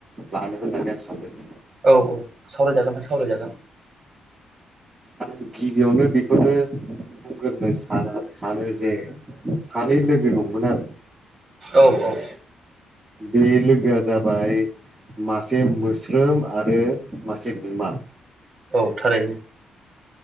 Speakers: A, on the right; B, on the right.
A: लानो होननानै आं सानदों।
B: औ औ सावरायजागोन नोंथां सावरायजागोन।
A: आं गिबियावनो बेखौनो बुंग्रो सानो। सानो जे सानै लोगो दंमोन आरो
B: औ औ
A: बे लोगोआ जाबाय मासे मोस्रोम आरो मासे गुमा
B: औ थारैनो।